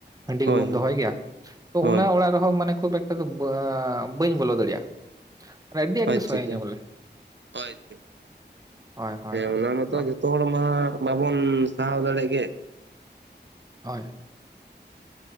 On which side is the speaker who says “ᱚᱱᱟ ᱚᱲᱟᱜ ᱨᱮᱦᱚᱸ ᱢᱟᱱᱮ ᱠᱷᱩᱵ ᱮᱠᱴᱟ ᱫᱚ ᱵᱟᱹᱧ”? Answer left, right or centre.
Right